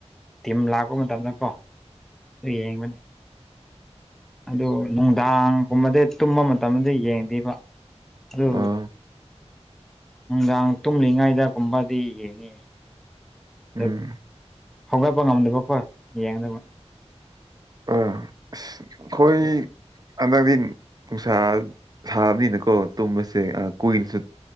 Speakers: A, in the centre; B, on the right.
A: ꯇꯤꯝ ꯂꯥꯛꯄ ꯃꯇꯝꯗꯀꯣ <unintelligible> ꯌꯦꯡꯕꯅꯤ ꯑꯗꯨ ꯅꯨꯡꯗꯥꯡꯒꯨꯝꯕꯗ ꯇꯨꯝꯕ ꯃꯇꯝꯗꯗꯤ ꯌꯦꯡꯗꯦꯕ ꯑꯗꯨ
B: ꯑꯣ
A: ꯅꯨꯡꯗꯥꯡ ꯇꯨꯝꯂꯤꯉꯩꯗꯒꯨꯝꯕꯗꯤ ꯌꯦꯡꯉꯦ꯫ <unintelligible>
B: ꯎꯝ
A: ꯍꯧꯒꯠꯄ ꯉꯝꯗꯕꯀꯣ ꯌꯦꯡꯅꯕ
B: ꯎꯝ ꯑꯁ ꯑꯈꯣꯏ
A: ꯑꯗꯨꯒꯤ
B: <unintelligible> ꯅꯨꯡꯁꯥ ꯁꯥꯕꯅꯤꯅꯀꯣ ꯇꯨꯝꯕꯁꯦ ꯀꯨꯏꯅꯁꯨ